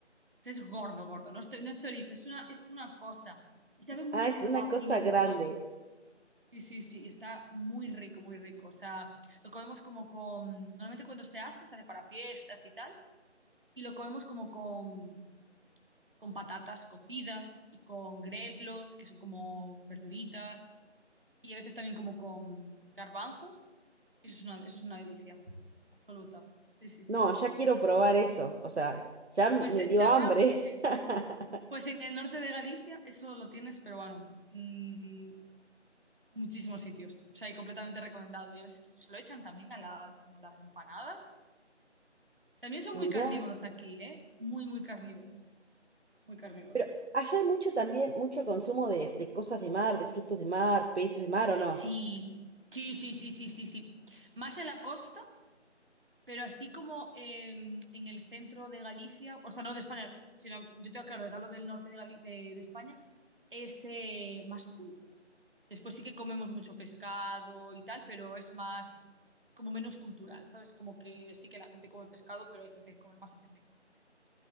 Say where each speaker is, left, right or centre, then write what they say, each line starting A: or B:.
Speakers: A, on the right (about 50°); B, on the right (about 65°).
A: Pues es gordo, gordo, no es, no es chorizo, es una, es una cosa. Y sabe mucho
B: Ah, es
A: como
B: una
A: a
B: cosa
A: pimentón.
B: grande.
A: Sí, sí, sí, está muy rico, muy rico. O sea, lo comemos como con... Normalmente cuando se hace, se hace para fiestas y tal, y lo comemos como con, con patatas cocidas y con grelos, que son como verduritas, y a veces también como con garbanzos. Eso es una, eso es una delicia absoluta. Sí, sí, sí,
B: No,
A: sí,
B: ya
A: sí.
B: quiero
A: sí.
B: probar eso. O sea, ya me
A: Pues eh,
B: dio
A: si alguna,
B: hambre.
A: si
B: <laughs>
A: Pues en el norte de Galicia eso lo tienes, pero bueno, mm, muchísimos sitios. O sea, y completamente recomendado. Y a veces se lo echan también a la, como a las empanadas. También son
B: Mirá.
A: muy carnívoros aquí, ¿eh? Muy, muy carnívoros. Muy carnívoros.
B: Pero allá hay mucho también, mucho consumo de, de cosas de mar, de frutos de mar, peces de mar, ¿o no?
A: Sí, sí, sí, sí, sí, sí, sí. Más en la costa. Pero así como eh, en el centro de Galicia, o sea, no de España, sino yo tengo claro, te hablo del norte de, Gali- de- de España, es eh, más pulpo. Después sí que comemos mucho pescado y tal, pero es más, como menos cultural, ¿sabes? Como que sí que la gente come pescado, pero hay gente que come más, hay gente que come menos.